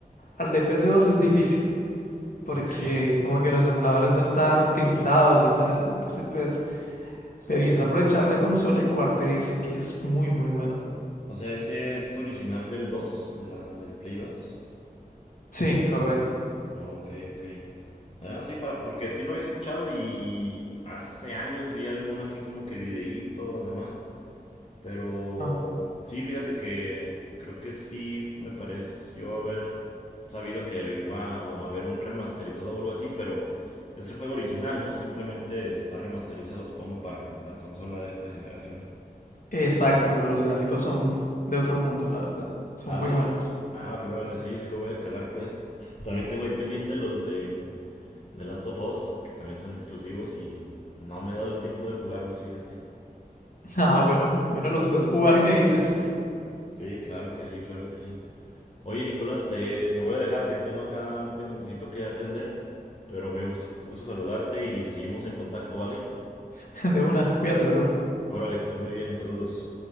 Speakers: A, on the left; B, on the left.
A: al de PS2 es difícil, porque
B: Ok.
A: como que los emuladores no están optimizados y tal, entonces pues deberías aprovechar la consola y jugarte ese, que es muy, muy bueno.
B: O sea, ese es original del 2, de la del Play 2.
A: Sí, correcto.
B: Ok, ok. Ah, sí, para, porque sí lo había escuchado y hace años vi algún así como que videíto, además. Pero
A: Ah,
B: sí, fíjate que sí- creo que sí me pareció haber sabido que iba a haber un remasterizado o algo así, pero es el juego original, ¿no? Simplemente está remasterizado, supongo, para la consola de esta generación.
A: exacto,
B: Ok.
A: pero los gráficos son de otro mundo, la verdad, son
B: ¿Ah,
A: muy
B: sí?
A: buenos.
B: Ah, órale, órale, sí, sí lo voy a calar, pues. También tengo ahí pendiente los de The Last of Us, que también son exclusivos y no me he dado el tiempo de jugarlos, fíjate.
A: Ah, bueno, bueno, los puedes jugar y me dices.
B: Sí, claro que sí, claro que sí. Oye, Nicolás, te, te voy a dejar que tengo acá un pendientecito que atender, pero me gusto, gusto saludarte y seguimos en contacto, ¿vale?
A: <laughs> De una, cuídate, bro.
B: Órale, que estés muy bien, saludos.